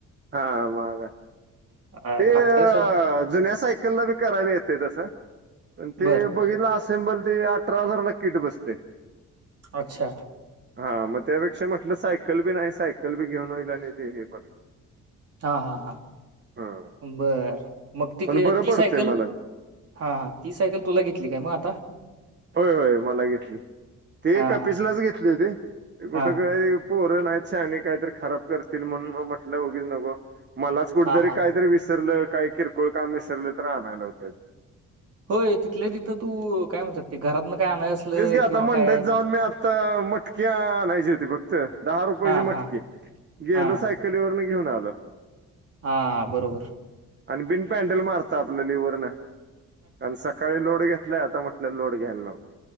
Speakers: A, on the right; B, on the right.
A: हा महाग आहे
B: आयला,
A: ते
B: अठ्ठावीस
A: अ
B: हजार
A: जुन्या सायकलला ब करायला येत तस पण ते
B: बर
A: बघितलं ल ते अठरा हजार ला किट बसते
B: अच्छा
A: हा मग त्यापेक्षा म्हटलं सायकल बी नाही सायकल बी घेऊन होईल आणि ते हे पण
B: हा हा हा
A: हा
B: बर मग त
A: पण बरं
B: ती
A: पडतंय
B: सायकल
A: मला
B: हा ती सायकल तुला घेतली काय मग आता
A: होय होय मला घेतली ते
B: हा
A: कपिसलाच
B: हा
A: घेतले हो ते
B: हा
A: कुठं काही पोरं नाही शहाणी काहीतरी खराब करते म्हणून म्हटले नको मलाच कुठतरी
B: हा हा
A: काहीतरी विसरलं काही किरकोळ काम विसरले तर आणायला होत
B: होय तिथले तिथं तू काय म्हणतात ते घरातन काय आणाय असलं
A: तेच की, आता
B: किंवा
A: मंडईत
B: काय
A: जाऊन मी आता मटकी आणायची होती फक्त दहा रुपयाची
B: हा
A: मटकीे,
B: हा
A: गेलो
B: हा
A: सायकलीवरून, त्याघेऊन आलो.
B: हा बरोबर
A: आणि बिन पँडल मारत आपल्या लिवरन कारण सकाळी लोड घेतला आता म्हटलं लोड घ्यायला नको